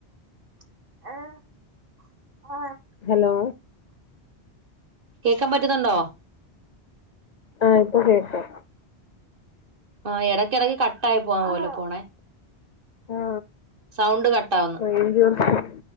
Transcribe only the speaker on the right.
<unintelligible>
കേക്കാൻ പറ്റുന്നുണ്ടോ
ആ എടക്ക് എടക്ക് കട്ടായി പോവുന്ന പോലെ പോണേ
സൗണ്ട് കട്ടാവുന്നു